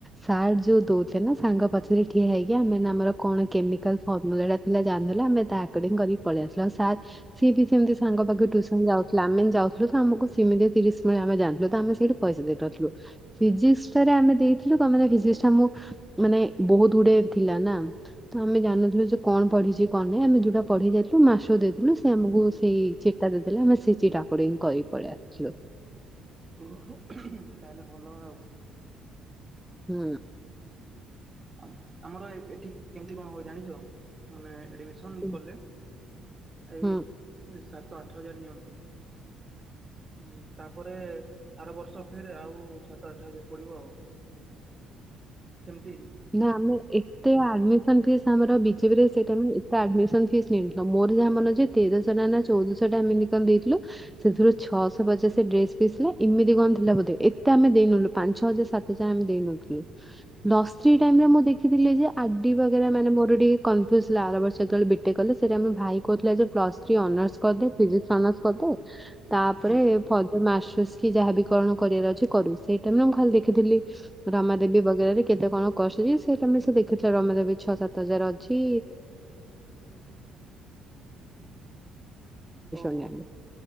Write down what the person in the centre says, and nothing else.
ସାର୍ ଯୋଉ ଦଉଛେ ନା ସାଙ୍ଗ ପଛରେ ଠିଆ ହେଇକି ଆମେନା ଆମର କଣ କେମିକାଲ ଫର୍ମୁଲାଟା ପିଲା ଜାନଦେଲେ ଆମେ ତା ଆକଡିଙ୍ଗ କରି ପଳେଇ ଆସିଲୁ ଆଉ ସା ସିଏ ବି ସେମିତି ସାଙ୍ଗ ପାଖକୁ ଟ୍ୟୁସନ ଯାଉଥିଲା ଆମେ ଯାଉଥିଲୁ ତ ଆମକୁ ସେମିତି ତିରିଶ ମିନିଟ ଆମେ ଜାଥିଲୁ ତ ଆମେ ସେଇଠୁ ପଇସା ଦେଇ ପାଥୁଲୁ ଫିଜିକ୍ସଟାରେ ଆମେ ଦେଇଥିଲୁ କଣ ନା ଫିଜିକ୍ସଟା ଆମକୁ ମାନେ ବହୁତ ଗୁଡ଼େ ଥିଲା ନା। ତ ଆମେ ଜାନନଥିଲୁ ଯେ କଣ ପଢ଼ିଛି କଣ ନାହିଁ ଆମେ ଯୋଉଟା ପଢ଼ିକି ଯାଇଥିଲୁ ମାସ ଦେଇଥିଲୁ ସେ ଆମକୁ ସେଇ ଚି ଦେଇଦେଲେ ଆମେ ସେ ଚି ଅକୁଡିଙ୍ଗ କରି ପଳେଇ ଆସିଲୁ।
ହୁଁ।
ହୁଁ
ହୁଁ
ନା ଆମେ ଏକ ଏ ଆଡମିସନ ଫିସ୍ ଆମର ବିଜେପିରେ ସେଇଟା ଏତେ ଆଡମିସନ ଫିସ୍ ନିଣିଥିଲ ମୋର ଯାହା ମନ ଅଛି ତେରଶହ ଟା ନା ଚଉଦଶହ ଟା ଏମିତି କଣ ଦେଇଥିଲୁ। ସେଥିରୁ ଛଅଶହ ପଚାଶ ଡ୍ରେସ ପିସିଲେ ଏମିତି କଣ ଥିଲା ବୋଧେ ଏତେ ଆମେ ଦେଇନଲୁ। ପାଞ୍ଚ ଛଅ ହଜାର ସାତ ହଜାର ଆମେ ଦେଇନଥିଲୁ ଲସ୍। ସେଇ ଟାଇମ ରେ ମୁଁ ଦେଖିଥିଲି ଯେ ଆଡି ବଗେରା ମାନ ମୋର ଟିକେ କନଫ୍ୟୁଜ୍ ହେଥିଲା ଆର ବର୍ଷ ଯେତବେଳେ ବି ଟେକେ କଲେ ସେଟା ମୋ ଭାଇ କହୁଥିଲା ଯେ ପ୍ଲସ ଥ୍ରୀ ଅନର୍ସ କରିଦେ ଫିଜିକ୍ସ ଅନର୍ସ କରିଦେ।
<unintelligible> କରିବାର ଅଛି କରୁ ସେଇଟା ମୁଁ ଖାଲି ଦେଖିଥିଲି। ରମାଦେବୀ ବଗେରାରେ କେତେ କଣ କସୁଛି ସେଟା ସେ ଦେଖୁଥିଲେ ରମାଦେବୀ ଛଅ ସାତ ହଜାର ଅଛି।
<unintelligible>